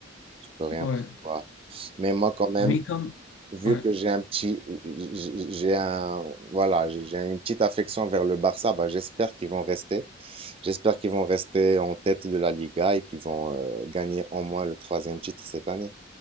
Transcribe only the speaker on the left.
Ouais,
mais comme,
ouais,